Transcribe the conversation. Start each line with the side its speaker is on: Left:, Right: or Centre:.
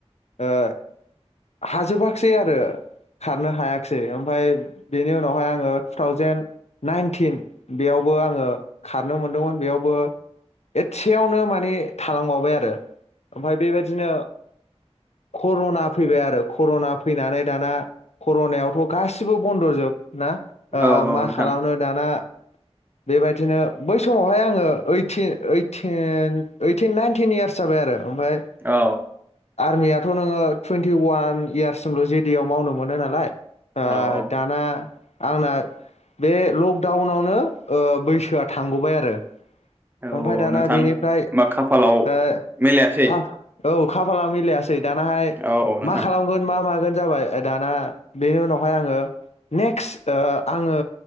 Left: ओ हाजोबाखसै आरो खारनो हायाखसै ओमफाय बेनि उनावहाय आङो टुथावजेेन नाइनटिन बेयावबो आङो खारनो मोनदोंमोन बेयावबो एसेयावनो माने थालांबावबाय आरो ओमफाय बेबादिनो कर'ना फैबाय आरो कर'ना फैनानै दाना कर'नायावथ' गासिबो बन्द'जोब ना ओ
Right: औ औ
Left: मा
Right: नोंथां
Left: खालामनो
Right: औ
Left: दाना बेबायदिनो बै समावहाय आङो ओइ टिन ओइ टिन ओइ ओइटिन नाइनटिन इयार्स जाबाय आरो ओमफ्राय
Right: औ
Left: आरमिया थ' नोङो टुवेन्टि अवान इयार्ससिमल' जे डि आव मावनो मोनो नालाय आ
Right: औ औ
Left: दाना आंना बे लकडाउनावनो ओ बैसोआ थांगौबाय आरो
Right: औ
Left: ओमफ्राय दाना
Right: नोंथां
Left: बेनिफ्राय
Right: होमबा खाफालाव
Left: ओ
Right: मिलायासै
Left: खा औ खाफाला मिलायास थै दानाहाय
Right: औ औ नोंथां
Left: मा खालामोन मा मागोन जाबाय दाना बेनि उनावहाय आङो नेक्स ओ आङो